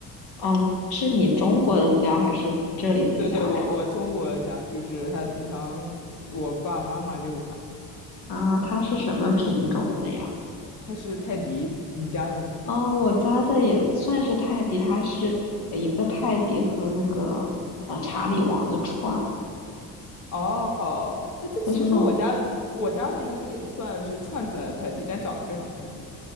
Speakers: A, on the left (about 80°); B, on the left (about 55°).
A: 啊，是你中国的家还是这里的家呀？
B: 对对，我我中国的家就是它平常我爸爸妈妈遛它，
A: 啊，它是什么品种的呀？
B: 它是泰迪。你家的呢？
A: 哦，我家的也算是泰迪，它是一个泰迪和那个呃查理王的串，
B: 哦，那这其实我家我家的应该也算是串出来的泰迪，
A: 就是那种
B: 但长得非常泰迪。